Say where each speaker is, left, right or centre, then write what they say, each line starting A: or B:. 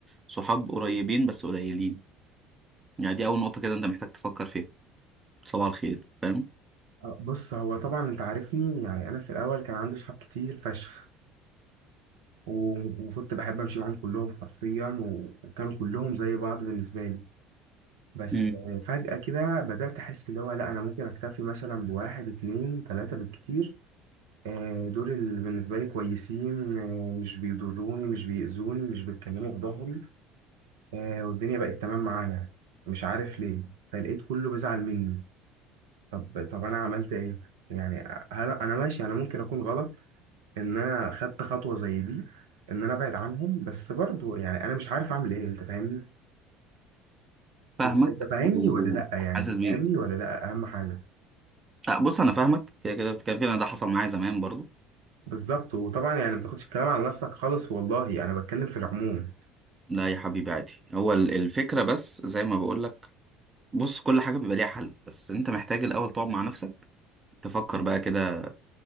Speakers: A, on the right (about 25°); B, on the right (about 65°).
A: صحاب قريبين بس قليلين يعني دي اول نقطة كده انت محتاج تفكر فيها صباح الخير فاهم
B: آه، بص هو طبعا انت عارفني يعني انا في الاول كان عندي صحاب كتير فشخ و- وكنت بحب امشي معاهم كلهم حرفيا و- وكانوا كلهم زي بعض بالنسبه لي بس
A: امم
B: آه، فجاه كده بدات احس اللي هو لا انا ممكن اكتفي مثلا بواحد اتنين تلاته بالكتير آه، دول اللي بالنسبه لي كويسين آه، مش بيضروني مش بيأذوني مش بيتكلموا في ظهري آه، والدنيا بقت تمام معانا مش عارف ليه فلقيت كله بيزعل مني طب طب انا عملت ايه يعني هل انا ماشي انا ممكن اكون غلط ان انا خدت خطوه زي دي ان انا ابعد عنهم بس برضو يعني انا مش عارف اعمل ايه انت فاهمني
A: فاهمك
B: انت انت فاهمني
A: وحاسس
B: ولا لا يعني
A: بيك
B: فاهمني ولا لا اهم حاجه
A: اه بص انا فاهمك كده كده بتتكلم فيه انا ده حصل معايا زمان برضو
B: بالظبط وطبعا يعني ما تاخدش الكلام على نفسك خالص والله انا بتكلم في العموم
A: لا يا حبيبي عادي هو ال- الفكرة بس زي ما بقولك بص كل حاجة بيبقى ليها حل بس انت محتاج الأول تقعد مع نفسك تفكر بقى كده